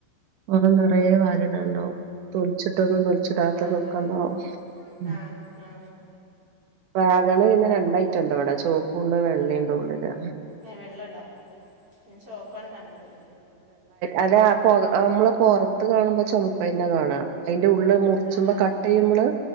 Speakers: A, on the right; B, on the right.
A: കൊറേ നെറയേ വാരിടാണ്ടാവും തോൽച്ചിട്ടതും തോലിച്ചിടാത്തതൊക്കെ
B: ആ അതെ അതെ
A: ഉണ്ടാവും ഉം
B: ആ ആ
A: വാങ്ങണ് പിന്നെ രണ്ട് ഐറ്റംയുണ്ട് ഇവിടെ ചോപ്പുണ്ട് വെള്ളേണ്ടുള്ളില്
B: ഏ വെള്ളയുണ്ടോ ഞാൻ ചോപ്പാണ് കണ്ടത്
A: അതെ ആ പൊറത്ത് നമ്മള് പൊറത്ത് കാണുമ്പോ ചോമപ്പ് തന്നെ കാണാ അയിന്റെ ഉള്ള് മുറിച്ചുമ്പോ
B: ആ ആ
A: കട്ട് ചെയുമ്പള്